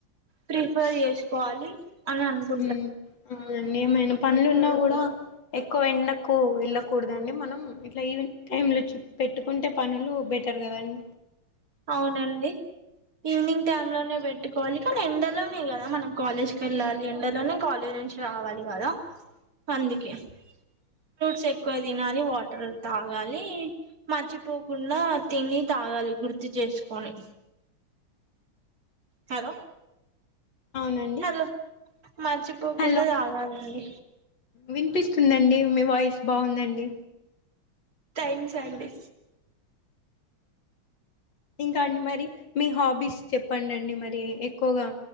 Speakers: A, on the right (about 40°); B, on the left (about 60°).
A: ప్రిఫర్ చేస్కోవాలి అని అన్కుం.
B: ఉమ్ అవునండి ఏమైనా పన్లున్నా గూడా. ఎక్కువ ఎండకు వెళ్ళకూడదండి మనం ఇట్లా ఈవినింగ్ టైమ్ లో పెట్టుకుంటే పనులు బెట్. టర్ గదండి.
A: అవునండి. ఈవినింగ్ టైమ్ లోనే పెట్టుకోవాలి కాని ఎండలోనే గదా మనం కాలేజ్ కెళ్ళాలి ఎండలోనే కాలేజ్. నుంచి రావాలి గదా అందుకే. ఫ్రూట్స్ ఎక్కువ తినాలి వాటర్ తాగాలి. మర్చిపోకుండా తిని తాగాలి గుర్తు చేస్కొని. హలో.
B: అవునండి
A: హలో మర్చిపోకుండా
B: హలో
A: దాగాలండి.
B: వినిపిస్తుందండి మీ వాయిస్ బావుందండి.
A: థాంక్స్ అండి.
B: ఇంకా అండి మరి మీ హాబీస్ చెప్పండి మరి. ఎక్కువగా